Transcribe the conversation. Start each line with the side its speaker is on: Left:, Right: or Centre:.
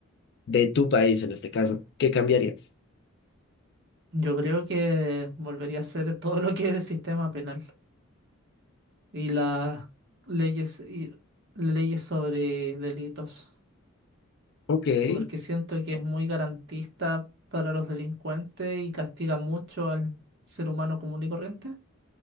Left: de tu país, en este caso, ¿qué cambiarías?
Right: yo creo que volvería a ser todo lo que es el sistema penal y las leyes, y leyes sobre delitos.
Left: Ok.
Right: porque siento que es muy garantista para los delincuentes y castiga mucho al ser humano común y corriente.